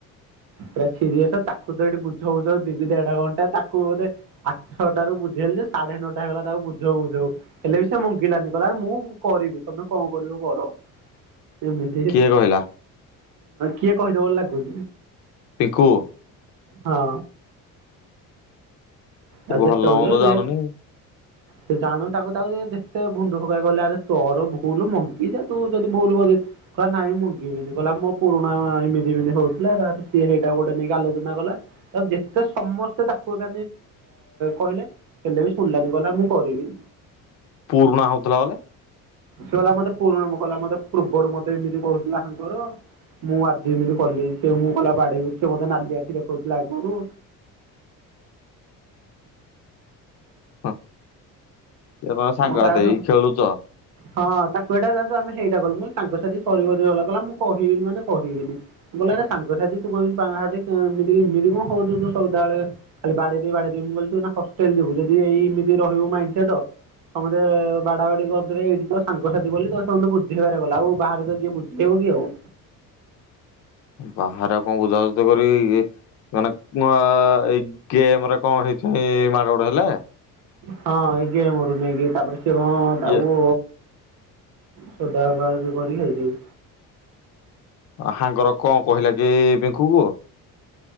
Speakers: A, on the right (about 65°); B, on the left (about 45°).
A: ପୁରା ସିରିଅସ ତାକୁ ତ ଏଇଠି ବୁଝଉଛ ଦିଦି ତ ଏଡେ ବଡଟା ତାକୁ ବଧେ- ଆଠଟାରୁ ବୁଝେଇଲି ଯେ ସାଢେ ନଅଟା ହେଇଗଲା ତାକୁ ବୁଝଉ ବୁଝଉ। ହେଲେ ବି ସେ ମଙ୍ଗିଲାନି କହିଲା ଆ ମୁଁ କରିବି ତମେ କଣ କରିବ କର। ଏମିତି ଯେ
B: କିଏ କହିଲା?
A: କିଏ କହିଦବ ଓଲାକୁ।
B: ପିଙ୍କୁ।
A: ହଁ।
B: ସେ
A: ଆଉ
B: ଭଲ
A: ଯେତେ ବୁଝେଇବ
B: ମନ୍ଦ ଜାଣୁନି।
A: ସେ ସେ ଜାଣୁ ତାକୁ ତାକୁ ଯେତେ ବୁନଦା ହେରିକା କହିଲେ ଆରେ ତୋର ଭୁଲ ମଙ୍ଗିଯା ତୁ ଯଦି ଭୁଲ କରି- କହିଲା ନାଇଁ ମଙ୍ଗିବିନି କହିଲା ମୋର ପୁରୁଣା ଏମିତି ଏମିତି ହଉଥିଲା ତା- ସିଏ ସେଇଟାକୁ ଗୋଟେ ନେଇକି ଆଲୋଚନା କଲା ତା ଯେତେ ସମସ୍ତେ ତାକୁ କ କହିଲେ? ହେଲେ ବି ଶୁଣିଲାନି ଗଲା ମୁଁ କରିବି।
B: ପୁରୁଣା ହଉଥିଲା ବୋଲେ।
A: ସେ କଲା ମତେ ପୁରୁଣ କଲା ମତେ ପୂର୍ବରୁ ମତେ ଏମିତି କହୁଥିଲା ହାଙ୍ଗର। ମୁଁ ଆଜି ଏମିତି କଲି ସେ ମୁଁ କଲା ବାଡେଇ ସେ ମୋତେ ନାଲି ଆଖି ଦେଖଉଥିଲା ଆଗରୁ
B: ହ ଏ ତମେ ସାଙ୍ଗ
A: ହଁ ତା
B: ସାଥି ହେଇ ଖେଳୁଛ।
A: ହଁ ତାକୁ ଏଇଟା ଆମେ ହେଇଟା କଲୁ ସାଙ୍ଗସାଥି ସିଏ ଗ କଲା ମୁଁ କହିବିନି ମାନେ କହିବିନି। ମୁଁ କହିଲି ଆରେ ସାଙ୍ଗସାଥି ତୁ କଣ ଏମିତି ପାଣହାତି ଏମିତି ଏମିତି କଣ ହଉଛୁ ସଦାବେଳେ। ଖାଲି ବାଡେଇଦେବି ବାଡେଇଦେବି ମୁଁ କହିଲି ନା ହଷ୍ଟେଲ ଯିବୁ ଯଦି ଏଇ ଏମିତି ରହିବୁ ମାଇଚିଆତ ସମସ୍ତେ ବାଡା ବାଡି କରିଦେବେ ଏଇଠି ତ ସାଙ୍ଗସାଥି ବୋଲି ତ ସେମାନେ ବୁଝେଇ ବାରେ ଗଲା ବାହାରେ ତ କିଏ ବୁଝେଇବ କି ଆଉ
B: ବାହାରେ କଣ ବୁଝାସୁଝା କରିବେ କିଏ? ମାନେ ଏଇ ଗେମରେ କଣ ହେଇଛି ମାଡ ଗୋଡ ହେଲା?
A: ହଁ ଏଇ ଗେମରୁ ନେଇକି ତାପରେ ସେ କଣ ତାକୁ
B: ଇଏ
A: ସୋଦା ସୋଦି କରି କି ହେଇଥିବେ।
B: ହାଙ୍ଗର କଣ କହିଲା କି ପିଙ୍କୁକୁ